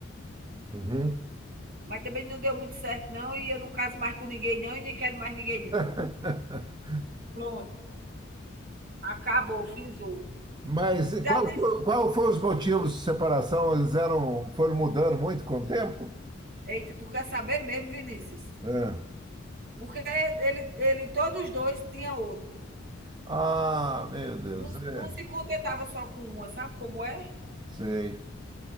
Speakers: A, on the right (about 20°); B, on the right (about 50°).
A: uhum.
B: Mas também não deu muito certo, não, e eu não caso mais com ninguém, não, e nem quero mais ninguém, não.
A: <laughs>
B: Pronto, acabou, finzou.
A: Mas
B: Já
A: qual,
B: tem.
A: fo- qual foi os motivos de separação? Eles eram, foram mudando muito com o tempo?
B: Eita, tu quer saber mesmo, Vinícius?
A: É.
B: Porque ele, ele, todos os dois tinham outra.
A: Ah, meu Deus,
B: Não,
A: é,
B: não se contentava só com uma, sabe como é?
A: sei.